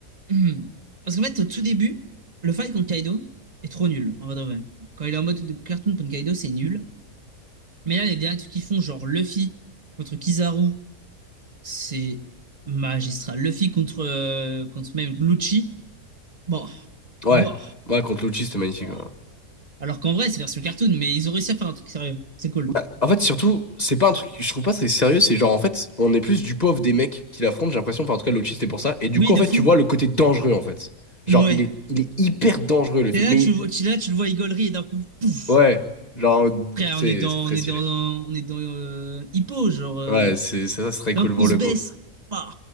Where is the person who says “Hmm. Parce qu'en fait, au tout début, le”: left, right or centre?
Right